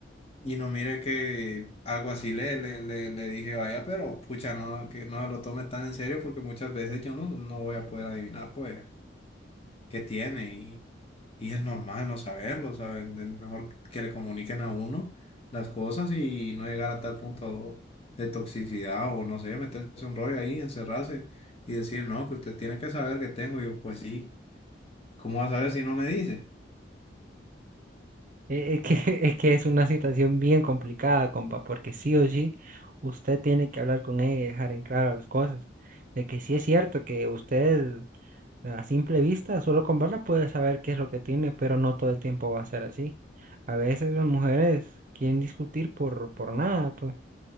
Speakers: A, on the left; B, on the right.
A: Y no mire que algo así le, le, le, le dije, vaya, pero pucha, no, que no se lo tome tan en serio porque muchas veces yo no, no voy a poder adivinar, pues, qué tiene y, y es normal no saberlo, ¿saben? Es mejor que le comuniquen a uno las cosas y no llegar a tal punto de toxicidad o no sé, meterse un rollo ahí, encerrarse y decir, no, que usted tiene que saber que tengo. Y yo, pues sí, ¿cómo va a saber si no me dice?
B: e- es que, <laughs> es que es una situación bien complicada, compa, porque sí o sí, usted tiene que hablar con ella y dejar en claro las cosas, de que sí es cierto que usted a simple vista, solo con verla puede saber qué es lo que tiene, pero no todo el tiempo va a ser así. A veces las mujeres quieren discutir por, por nada, pues.